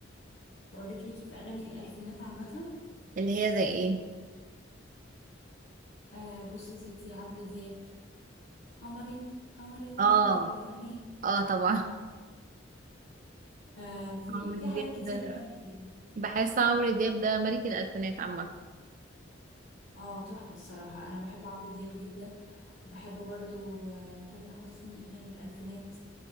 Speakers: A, on the left; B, on the right.
A: بقولك ليكي في أغاني الألفينات عامة
B: اللي هي زي ايه
A: آه بصي يا ستي عمرو دياب قمرين قمرين
B: اه
A: دول ولا عيني
B: اه طبعا
A: آه في
B: <laughs> عمرو
A: في
B: دياب
A: حاجات كتير
B: ده
A: قوي
B: بحس عمرو دياب ده ملك الالفينات عامه
A: اه تحفة الصراحة انا بحب عمرو دياب جدا وبحب برضو آه، تامر حسني اغاني الالفينات